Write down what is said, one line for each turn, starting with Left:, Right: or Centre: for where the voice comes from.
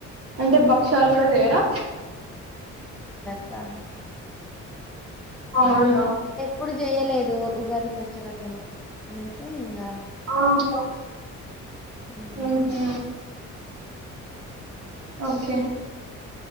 Right: అంటే భక్ష్యాలు కూడా చేేయరా
Centre: క్క
Right: అవునా
Centre: ఇప్పుడు చేయలేదు ఉగాది పచ్చడం నేను అనేసి ఇంకా
Right: ఆహా
Centre: మ్మ్
Right: హుహు. ఓకే